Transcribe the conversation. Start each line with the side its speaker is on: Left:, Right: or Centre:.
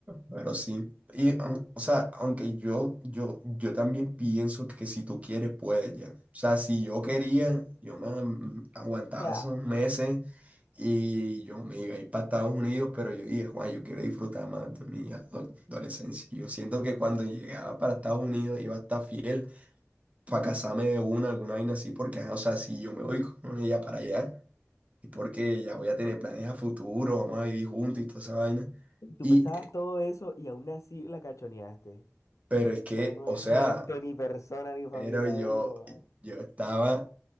Right: pero sí. Y, o o sea, aunque yo, yo, yo también pienso que si tú quieres, puedes ya. O sea, si yo quería, yo me am- aguantaba
Left: O sea,
Right: esos meses y yo me iba a ir para Estados Unidos, pero yo dije, Juan, yo quiero disfrutar más de mi ado- adolescencia. Y Yo siento que cuando llegaba para Estados Unidos iba a estar fiel para casarme de una, alguna vaina así, porque, ajá, o sea, si yo me voy con ella para allá, es porque ya voy a tener planes a futuro, vamos a vivir juntos y toda esa vaina.
Left: tú
Right: Y
Left: pensabas todo eso y aún así la cachoneaste.
Right: Pero es que,
Left: Pero no
Right: o
Left: es
Right: sea,
Left: gente, ni persona, ni familia
Right: pero yo,
Left: de uno, mano.
Right: yo estaba,